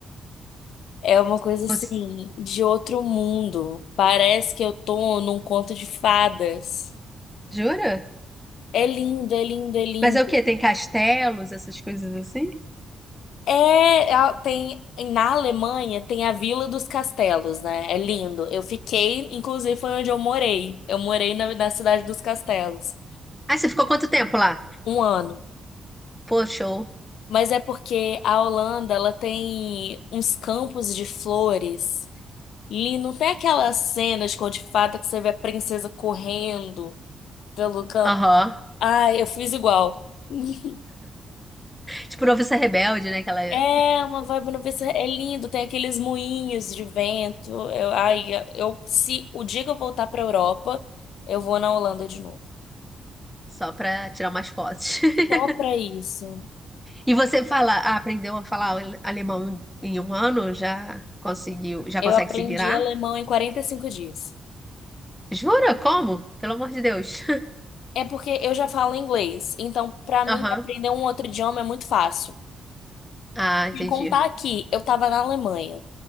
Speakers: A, on the left (about 80°); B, in the centre.
A: É uma coisa assim
B: Você...
A: de outro mundo. Parece que eu tô num conto de fadas.
B: Jura?
A: É lindo, é lindo, é lindo.
B: Mas é o quê? Tem castelos, essas coisas assim?
A: É, a- tem na Alemanha tem a Vila dos Castelos, né? É lindo. Eu fiquei, inclusive foi onde eu morei. Eu morei na, na cidade dos Castelos
B: Ah, você ficou quanto tempo lá?
A: um ano.
B: Pô, show.
A: Mas é porque a Holanda, ela tem uns campos de flores Li, não tem aquelas cenas com de fato que você vê a princesa correndo pelo campo.
B: Aham.
A: Ai, eu fiz igual. <laughs>
B: Tipo, noviça rebelde, né? Que ela é
A: É uma vibe no PC, é lindo, tem aqueles moinhos de vento. Eu, ai, eu se o dia que eu voltar pra Europa, eu vou na Holanda de novo.
B: só pra tirar umas fotos. <laughs>
A: Só pra isso.
B: E você fala, ah, aprendeu a falar alemão em um ano? Já conseguiu, já
A: Eu
B: consegue
A: aprendi
B: se virar?
A: alemão em 45 dias.
B: Jura? Como? Pelo amor de Deus. <laughs>
A: É porque eu já falo inglês, então pra mim
B: Aham.
A: aprender um outro idioma é muito fácil.
B: Ah, entendi.
A: Sem contar que eu tava na Alemanha.